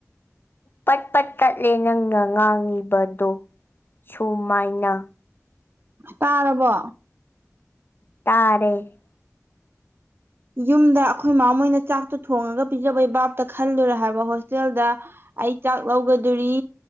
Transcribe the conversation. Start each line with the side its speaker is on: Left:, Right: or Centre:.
Left: ꯄꯠ ꯄꯠ ꯇꯠꯂꯦ ꯅꯪꯅ ꯉꯥꯡꯉꯤꯕꯗꯣ ꯁꯨꯃꯥꯏꯅ
Right: ꯇꯥꯔꯔꯕꯣ
Left: ꯇꯥꯔꯦ
Right: ꯌꯨꯝꯗ ꯑꯩꯈꯣꯏ ꯃꯥ ꯃꯣꯏꯅ ꯆꯥꯛꯇꯣ ꯊꯣꯡꯉꯒ ꯄꯤꯖꯕꯩ ꯕꯥꯞꯇ ꯈꯜꯂꯨꯔꯦ ꯍꯥꯏꯕ ꯍꯣꯁꯇꯦꯜꯗ ꯑꯩ ꯆꯥꯛ ꯂꯧꯒꯗꯧꯔꯤ